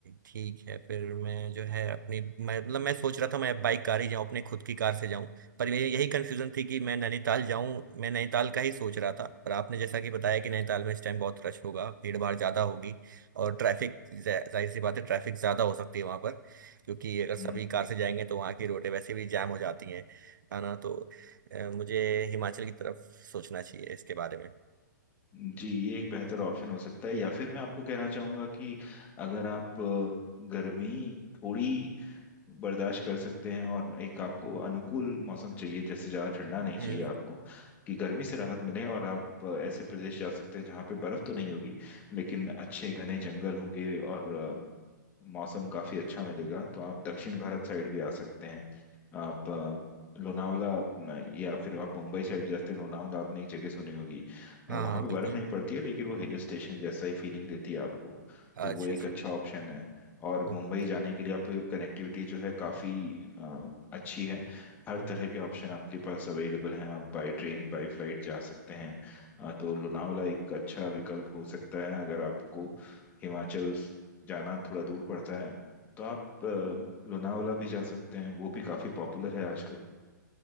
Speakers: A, on the right; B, on the left.
A: ठीक है फिर मैं जो है अपनी मैं मतलब मैं सोच रहा था मैं बाइक कार ही जाऊं अपने खुद की कार से जाऊं पर मेरी यही कंफ्यूजन थी कि मैं नैनीताल जाऊं मैं नैनीताल का ही सोच रहा था पर आपने जैसा कि बताया कि नैनीताल में इस टाइम बहुत रश होगा भीड़ भाड़ ज्यादा होगी और ट्रैफिक जाहिर सी बात है ट्रैफिक ज्यादा हो सकती है वहां पर क्योंकि अगर सभी
B: हम्म
A: कार से जाएंगे तो वहां की रोडें वैसे भी जैम हो जाती हैं है ना तो अ, मुझे हिमाचल की तरफ सोचना चाहिए इसके बारे में
B: जी ये एक बेहतर ऑप्शन हो सकता है या फिर मैं आपको कहना चाहूँगा कि अगर आप अ, गर्मी थोड़ी बर्दाश्त कर सकते हैं और एक आपको अनुकूल मौसम चाहिए जैसे ज़्यादा ठंडा नहीं चाहिए
A: हम्म,
B: आपको कि गर्मी से राहत मिले और आप अ, ऐसे प्रदेश जा सकते हैं जहाँ पे बर्फ़ तो नहीं होगी लेकिन अच्छे घने जंगल होंगे और मौसम काफ़ी अच्छा मिलेगा तो आप दक्षिण भारत साइड भी आ सकते हैं आप अ, लोनावला अपना- या फिर आप मुंबई साइड भी जा सकते हैं लोनावला आपने एक जगह सुनी होगी
A: हाँ
B: अ, वहाँ
A: हाँ
B: पे
A: बिल्कुल
B: बर्फ़ नहीं पड़ती है लेकिन वो हिल स्टेशन जैसा ही फीलिंग देती है आपको तो
A: अच्छा
B: वो एक
A: अच्छा
B: अच्छा ऑप्शन है और
A: ओके
B: मुंबई जाने के लिए आपको कनेक्टिविटी जो है काफ़ी अच्छी है हर
A: हम्म।
B: तरह के ऑप्शन आपके पास अवेलेबल हैं आप बाई ट्रेन बाई फ्लाइट जा सकते हैं अ, तो लोनावला एक अच्छा विकल्प हो सकता है अगर आपको हिमाचल जाना थोड़ा दूर पड़ता है तो आप अ, लोनावला भी जा सकते हैं वो भी काफ़ी पॉपुलर है आजकल